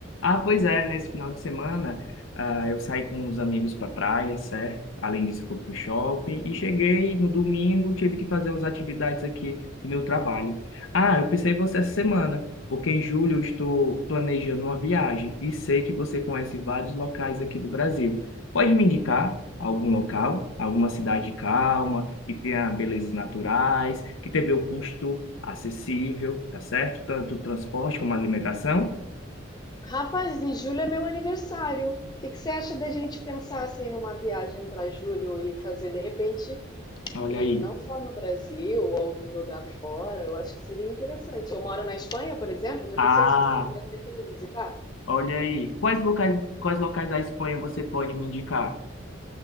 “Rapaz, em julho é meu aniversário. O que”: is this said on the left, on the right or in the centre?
Left